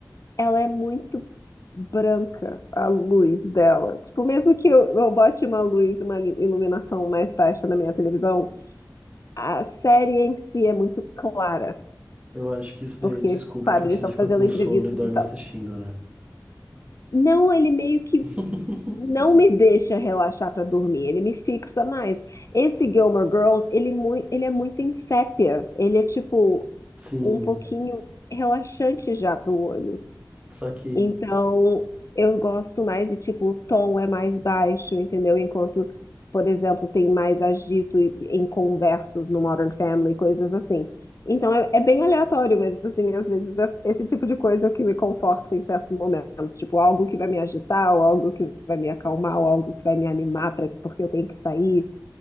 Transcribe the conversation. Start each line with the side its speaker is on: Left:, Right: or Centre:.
Left: ela é muito branca, a luz dela. Tipo, mesmo que eu, eu bote uma luz, uma iluminação mais baixa na minha televisão, a série em si é muito clara,
Right: Eu acho que isso daí
Left: porque,
Right: é desculpa,
Left: claro,
Right: porque
Left: eles
Right: você
Left: estão
Right: fica
Left: fazendo
Right: com
Left: entrevistas
Right: sono e dorme
Left: e tal.
Right: assistindo, né?
Left: Não, ele meio que
Right: <laughs>
Left: não me deixa relaxar pra dormir, ele me fixa mais. Esse Gilmore Girls, ele, mui- ele é muito em sépia, ele é tipo
Right: Sim,
Left: um pouquinho relaxante já pro olho.
Right: só que
Left: Então, eu gosto mais e, tipo, o tom é mais baixo, entendeu? Enquanto, por exemplo, tem mais agito e- em conversas no Modern Family, coisas assim. Então, é, é bem aleatório, mas, assim, às vezes es- esse tipo de coisa é o que me conforta em certos momentos. Tipo, algo que vai me agitar, ou algo que vai me acalmar, ou algo que vai me animar pra, porque eu tenho que sair.